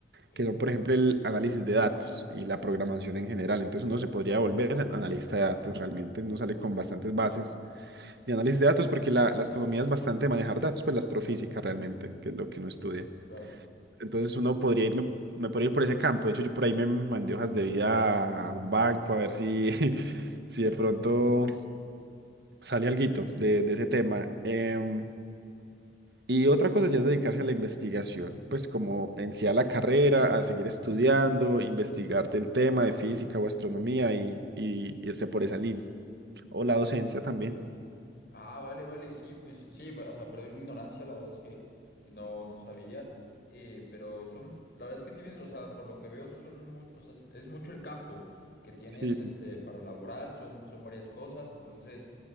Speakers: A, on the left; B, on the right.
A: ¿Qué?
B: que son, por ejemplo, el análisis de datos y la programación en general. Entonces uno se podría volver analista de datos, realmente uno sale con bastantes bases de análisis de datos, porque la, la astronomía es bastante manejar datos, pues la astrofísica realmente, que es lo que uno estudia.
A: Claro.
B: Entonces uno podría irme, me podría ir por ese campo. De hecho, yo por ahí me mandé hojas de vida a un banco a ver si, <laughs> si de pronto sale alguito de, de ese tema. Em, y otra cosa ya es dedicarse a la investigación, pues como en sí a la carrera, a seguir estudiando, investigar del tema de física o astronomía y, y irse por esa línea. O la docencia
A: Ok.
B: también.
A: Ah, vale, vale, sí, pues sí, pero, o sea, perdón mi ignorancia, la verdad es que pues, no, no sabía, eh, pero son, la verdad es que tienes, o sea, por lo que veo, son muy, o sea, es, es mucho el campo que tienes
B: Sí, sí.
A: este, para laboral, son, son varias cosas, entonces,